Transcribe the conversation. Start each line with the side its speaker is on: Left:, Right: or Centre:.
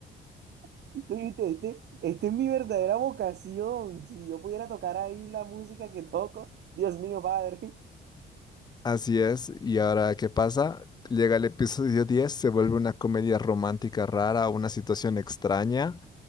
Right: <laughs> Tú viste, Este, este es mi verdadera vocación. Si yo pudiera tocar ahí la música que toco, Dios mío, padre.
Left: Así es, y ahora, ¿qué pasa? Llega el episodio diez se vuelve una comedia romántica rara, una situación extraña.